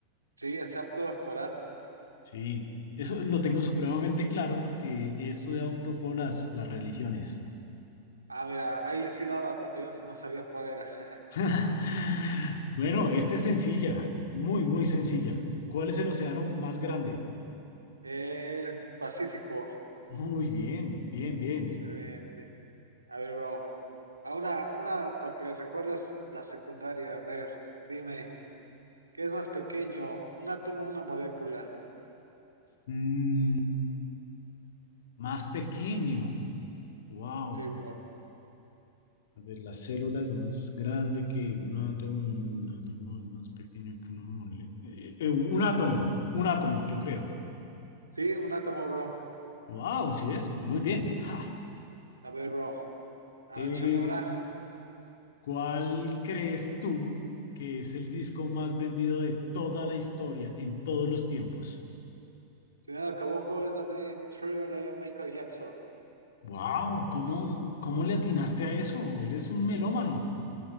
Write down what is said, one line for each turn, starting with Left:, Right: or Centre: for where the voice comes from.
Right: Sí, exacto, el Corán.
Left: Sí, eso lo tengo supremamente claro porque he estudiado un poco las, las religiones.
Right: Ah, mira, ahí yo sí daba, porque yo sí no sabía cuál era. <laughs>
Left: <laughs> Bueno, esta es sencilla, muy, muy sencilla. ¿Cuál es el océano más grande?
Right: El Pacífico.
Left: Muy bien, bien, bien.
Right: Excelente. A ver, bro. A una, una para que recuerdas la secundaria. A ver, dime, ¿qué es más pequeño? ¿Un átomo o una molécula?
Left: Mm, más pequeño. Wow.
Right: Sí, bro.
Left: A ver, la célula es más grande que un átomo, un átomo es más pequeño que una mole... eh, eh, un átomo, un átomo, yo creo.
Right: Sí, un átomo, bro.
Left: Wow, ¿sí ves? Muy bien. Ja.
Right: A ver, bro. Ah,
Left: Eh,
Right: échame una.
Left: ¿cuál crees tú que es el disco más vendido de toda la historia, en todos los tiempos?
Right: Si no la equivoco, es la de Thriller de Michael Jackson.
Left: Wow, ¿cómo, cómo le atinaste a eso? Eres un melómano.